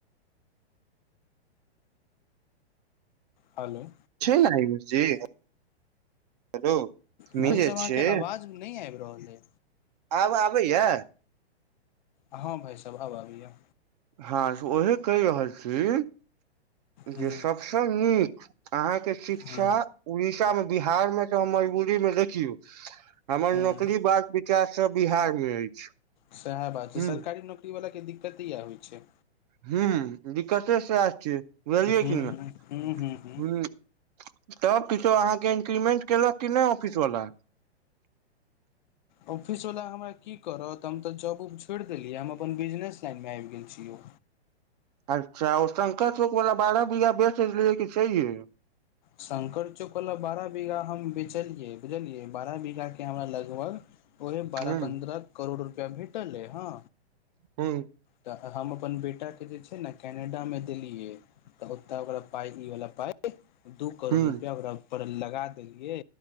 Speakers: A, on the left (about 45°); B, on the right (about 40°).
A: हालौ
B: छै न आयुष जी हेलो
A: भाइसभ
B: जे
A: अहाँके
B: छै
A: आवाज नै आबि रहल अइ
B: आब आबैया
A: हँ भाइ सभ आब आबैय
B: हँ से उहे कहि रहल छी
A: हूँ
B: जे सबस नीक आहाॅं के शिक्षा
A: हूँ
B: उड़ीसा मे बिहार में त मजबू अय में देखियौ हमर
A: हूँ
B: नौकरी बाद विचार सब बिहार मे अछि
A: सेहे बात छै
B: ह
A: सरकारी नौकरी वाला के दिक्कते इएहे होइ छै
B: ह दिक्कते स आए छियै बुझलियै
A: हूँ
B: की नहि
A: हूँ हूँ हूँ हूँ
B: हॅ तब किछो अहाँके इंक्रीमेंट केलक क नहि ऑफिसवला
A: ऑफिसवला हमरा की करत हम तऽ जॉब उब छोड़ि देलियै हम अपन बिजनेस लाइनमे आबि गेल छीय ओ
B: अच्छा ओ शंकर चौक वालला बारह बीघा बेच लियै क छैहिए
A: शंकर चौकवला बारह बीघा हम बेचलियै बुझलियै बारह बीघाके हमरा लगभग ओहे बारह
B: ह
A: पन्द्रह करोड़ रुपैआ भेटलअय हँ
B: हू
A: तऽ हम अपन बेटाके जे छै ने कैनेडामे देलियै त ओ त ओक पाय ई वला पाय दू करोड़
B: ह
A: रुपैआ ओकरापर लगा देलियै